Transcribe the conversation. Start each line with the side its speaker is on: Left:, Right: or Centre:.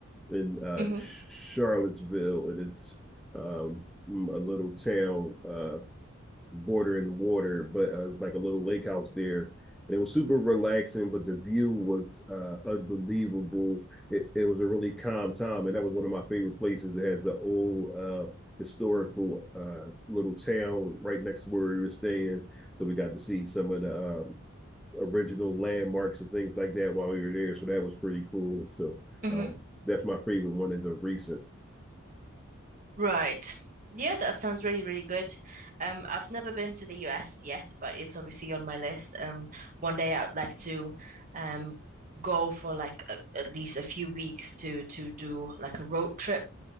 Centre: in uh,
Right: hmm
Centre: Charlottesville, and it's um, a little town uh, bordering water, but uh, it was like a little lake house there. And it was super relaxing, but the view was uh, unbelievable. It, it was a really calm time, and that was one of my favorite places. It has the old uh, historical uh, little town right next to where we were staying, so we got to see some of the um, original landmarks and things like that while we were there. So that was pretty cool. So
Right: hmm
Centre: um, that's my favorite one. Is a recent.
Right: Right. Yeah, that sounds really, really good. Um, I've never been to the US yet, but it's obviously on my list. Um, one day I'd like to um go for like a, at least a few weeks to to do like a road trip